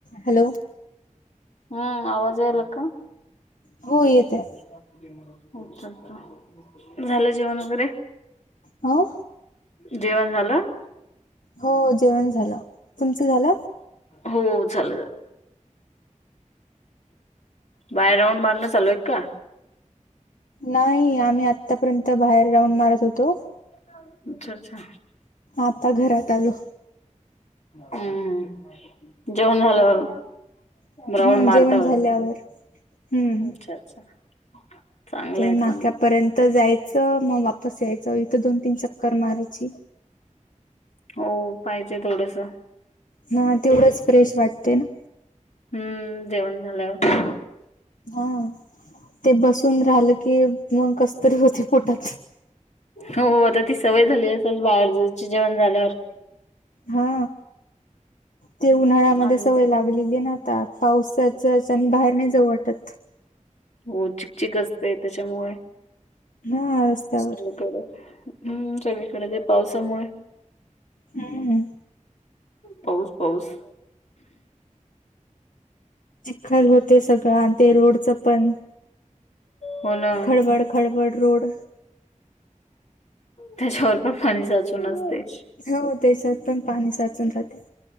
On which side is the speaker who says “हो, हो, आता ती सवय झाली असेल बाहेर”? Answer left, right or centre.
Left